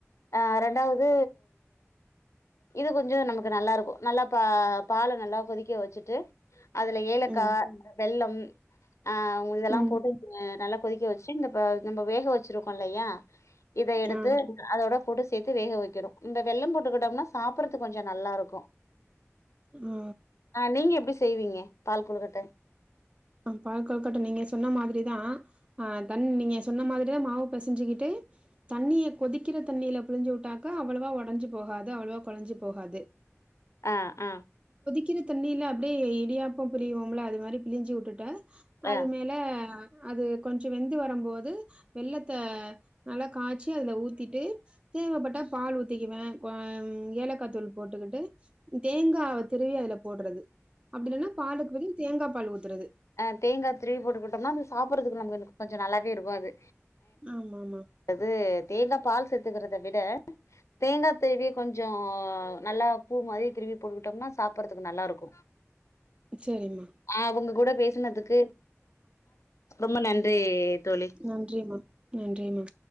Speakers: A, on the left; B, on the right.
A: ஆ ரெண்டாவது இது கொஞ்சு நமக்கு நல்லா இருக்கு நல்லா பா பால நல்லா கொதிக்க வச்சுட்டு அதுல ஏலக்கா
B: ம்
A: வெள்ளம் ஆ இதெல்லா
B: ம்
A: போட்டு நல்லா கொதிக்க வச்சு சி நம்ம நம்ப வேக வச்சிருக்கோம்ல்லையா இத எடுத்து
B: ஆ
A: அதோட கூட சேர்த்து வேக வெக்கனும் இந்த வெள்ளம் போட்டுக்கிட்டோம்னா சாப்பிடறதுக்கு கொஞ்சு நல்லா இருக்கு
B: ஆ
A: ஆ நீங்க எப்டி செய்வீங்க பால் கொழுக்கட்டை
B: ஆ பால் கொழுகட்டை நீங்க சொன்ன மாதிரிதா ஆ தண் நீங்க சொன்ன மாதிரிதா மாவு பிசைஞ்சுக்கிட்டு தண்ணிய கொதிக்கிற தண்ணியில புழிஞ்சு விட்டாக்க அவ்ளவா உடஞ்சு போகாது அவ்வளவா கொழஞ்சு போகாது
A: ஆ ஆ
B: க்கிர தண்ணியில அப்படியே இடியாப்பம் புழிவோம்ல அது மாதிரி புழஞ்சி விட் ட்ட
A: அ
B: அது மேல அது கொஞ்சு வெந்து வரு போது வெள்ளத்த நல்லா காச்சி அதுல ஊத்திட்டு தேவைப்பட்டா பால் ஊத்திக்குவே ஏலக்காய்த்தூள் போட்டுக்கிட்டு தேங்காவ துருவி அதுல போடுறது அப்படி இல்லைன்னா பாலுக்கு பதி தேங்கா பால் ஊத்துறது
A: ஆ தேங்கா துருவி போட்டுக்கிட்டோம்னா அது சாப்பிடறதுக்கு நம கொஞ்சு நல்லாவே இருக்கு அது
B: ஆமாமா
A: து தேங்கா பால் சேத்துக்கறது அத விட தேங்கா திருவி கொஞ்சு நல்லா பூ மாதிரி திருவி போட்டுக்கிட்டோம்னா சாப்பறதுக்கு நல்லா இருக்கு
B: சேரிம்மா
A: அ உங்க கூட பேசனதுக்கு ரொம்ப நன்றி தோழி
B: நன்றிமா நன்றிமா